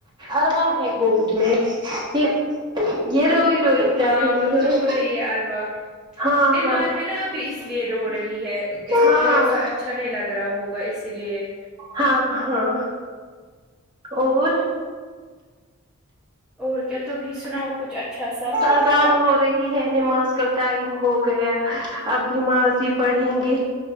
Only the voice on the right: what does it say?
عروا ہے گود میں <inaudible> یہ روئی روئی کر
رہی
ہے
ہاں
ہاں
ہاں
ہاں ہاں اور
اذان ہو رہی ہے نماز کا ٹائم ہو گیا اب نماز ہی پڑھیں گے